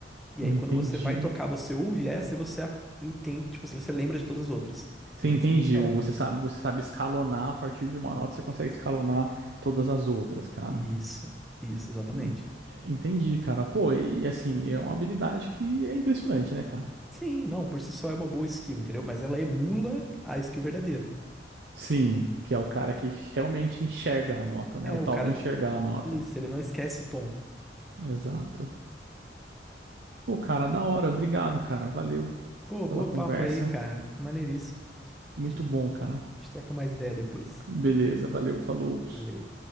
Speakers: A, in the centre; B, on the right.
A: E
B: Entendi.
A: aí, quando você vai tocar, você ouve essa e você a- entende, tipo assim, você lembra de todas as outras,
B: Você
A: em referência
B: entendi, ou
A: a ela.
B: você sabe, você sabe escalonar a partir de uma nota, você consegue escalonar todas as outras, cara.
A: Isso, isso, exatamente.
B: En- Entendi, cara. Pô, e e assim, é uma habilidade que é impressionante, né, cara?
A: Sim, não, por si só é uma boa skill, entendeu? Mas ela emula a skill verdadeira.
B: Sim, que é o cara que realmente enxerga a nota, né?
A: É,
B: O
A: o
B: tal
A: cara.
B: do enxergar a nota.
A: Isso, ele não esquece o tom.
B: Exato. Pô, cara, da hora. Obrigado, cara. Valeu
A: Pô,
B: pela
A: boa
B: conversa.
A: papo aí, cara. Maneiríssimo.
B: Muito
A: A gente,
B: bom, cara.
A: a gente troca mais ideia depois.
B: Beleza, valeu, falou.
A: Valeu.